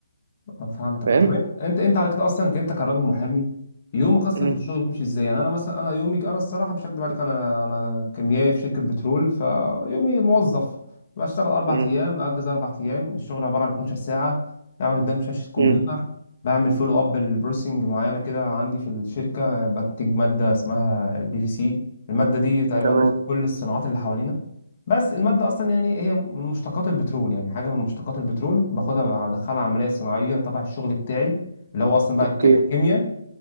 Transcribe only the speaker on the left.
آه، فهمتك
طب انت انت انت على كده اصلا انت كراجل محامي يومك اصلا
في الشغل بيمشي ازاي يعني انا مثلا انا يومي انا الصراحه مش هكدب عليك انا انا كيميائي في شركه بترول فيومي موظف بشتغل اربع
ايام اجز اربع ايام الشغل عباره عن 12 ساعه اقعد قدام شاشه كمبيوتر
بعمل فولو اب لبروسنج معينه كده عندي في الشركه بنتج ماده اسمها البي في سي الماده دي تقريبا
كل الصناعات اللي حوالينا بس المادة أصلا يعني هي من مشتقات البترول يعني حاجة من مشتقات البترول باخدها بدخلها عملية صناعية تبع الشغل بتاعي اللي هو أصلا بقى
ك- كيمياء